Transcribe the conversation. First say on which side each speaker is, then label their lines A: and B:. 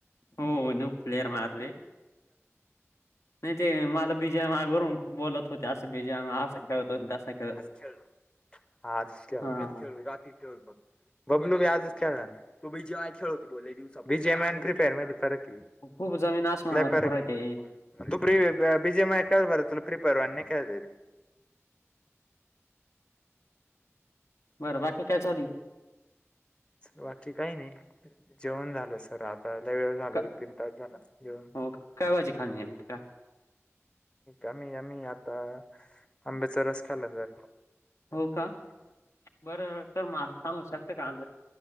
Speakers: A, on the left (about 70°); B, on the left (about 20°).
A: हो नू प्लेअर मारले नाही ते मला बीजयम बरून खूप बोलत होते असं बीजयम असं खेळत हो त
B: आज खेळ आज खळ
A: हा
B: खेळ रात खेळघ बबलू बी आजच खेळला ना तू बीजे माय खेळतो बोवस बजय प्रिपेअर माती फरक आहे
A: खूप जमीन आसमानाचा
B: प्र
A: फरक आहे.
B: बीजय मय ख बर तु प्रिपरवान क
A: बरं बाकी काय चाली
B: बाकी काही नाही जेवण झालं सर आता ल वेळ झाल
A: का
B: एक दीड तास झाला जेवण
A: हो का? काय बाजी खा का
B: आही आम्ही आता आंब्याचा रस खाल्ला तर
A: हो का बरं सर म सांगू शकत काम